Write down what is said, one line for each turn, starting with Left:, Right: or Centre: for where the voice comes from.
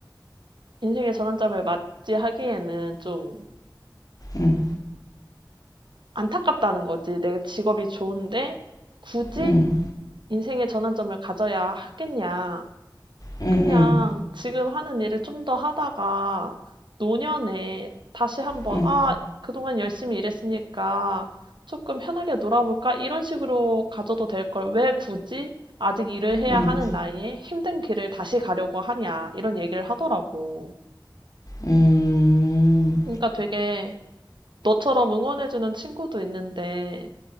Right: 인생의 전환점을 맞이하기에는 좀
Left: 응,
Right: 안타깝다는 거지. 내 직업이 좋은데 굳이
Left: 응,
Right: 인생의 전환점을 가져야 하겠냐.
Left: 응,
Right: 그냥
Left: 응,
Right: 지금 하는 일을 좀 더 하다가 노년에 다시 한번,
Left: 응,
Right: 아, 그동안 열심히 일했으니까 조금 편하게 놀아볼까? 이런 식으로 가져도 될 걸 왜 굳이 아직 일을 해야
Left: 응,
Right: 하는 나이에 힘든 길을 다시 가려고 하냐. 이런 얘기를 하더라고.
Left: 응, 응,
Right: 그러니까 되게 너처럼 응원해주는 친구도 있는데